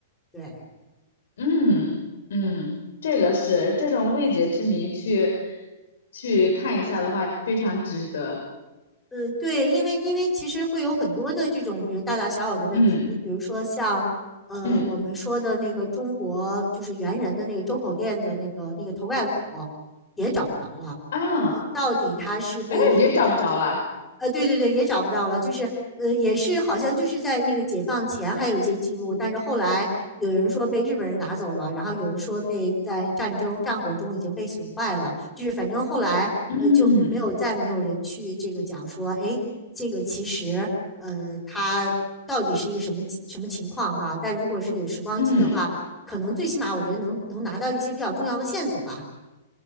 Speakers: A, in the centre; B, on the left.
A: 对，
B: 嗯嗯，这个是这种未解之谜去去看一下的话，非常值得。
A: 呃，对，因为因为其实会有很多的这种，比如大大小小的问题。
B: 嗯
A: 你比如说像呃我们说的那个中国就是猿人的那个周口店的那个那个头盖骨
B: 嗯
A: 也找不着了。
B: 啊，
A: 呃，到底他是被
B: 哎，也找不着了。
A: 呃，对对对，也找不到了，就是呃，也是好像就是在那个解放前还有一些记录，但是后来有人说被日本人拿走了，然后有人说被在战争战火中已经被损坏了，就是反正后来呃就没有再没有人去这个讲说，
B: 嗯
A: 哎，这个其实呃它到底是一个什么什么情况哈？但如果是有时光机的话，
B: 嗯。
A: 可能最起码我觉得能能拿到一些比较重要的线索吧。